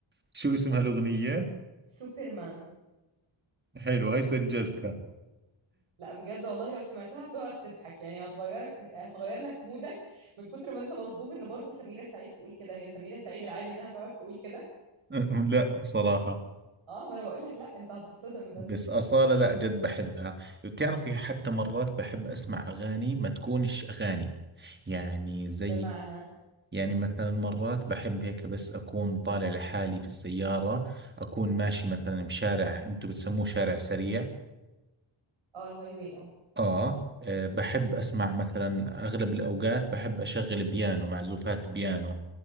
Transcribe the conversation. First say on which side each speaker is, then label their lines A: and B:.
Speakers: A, on the right (about 20°); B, on the right (about 80°).
A: شو اسمها الاغنيه
B: سوبرمان
A: حلو هاي سجلتها
B: لا بجد والله لو سمعتها تقعد تضحك يعني هتغيرك هتغير لك مودك من كتر ما انت مصدوم ان برضو سميرة سعيد تقول كده هي سميرة سعيد العادي انها تقعد تقول كده
A: <laughs> لا بصراحة
B: اه ما انا بقول لك لا انت هتتصدم بس
A: بس أصالة لا جد بحبها بتعرفي حتى مرات بحب أسمع أغاني ما تكونش أغاني يعني زي
B: بمعنى
A: يعني مثلا مرات بحب هيك بس أكون طالع لحالي في السيارة أكون ماشي مثلا بشارع أنتو بتسموه شارع سريع
B: اه الهاي واي اه
A: آه آه، بحب أسمع مثلا أغلب الأوقات بحب أشغل بيانو معزوفات بيانو